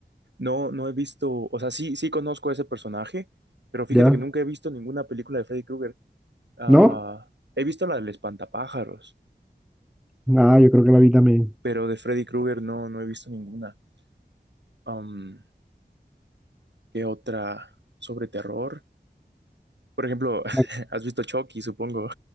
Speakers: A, on the right; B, in the centre.
A: No, no he visto, o sea, sí, sí conozco a ese personaje, pero fíjate
B: ¿Ya?
A: que nunca he visto ninguna película de Freddy Krueger. Ah,
B: ¿No?
A: he visto la del espantapájaros,
B: Nada, yo creo que la vi también.
A: pero de Freddy Krueger no, no he visto ninguna. Am, ¿qué otra sobre terror? Por ejemplo, <laughs>
B: Ah,
A: has visto Chucky, supongo.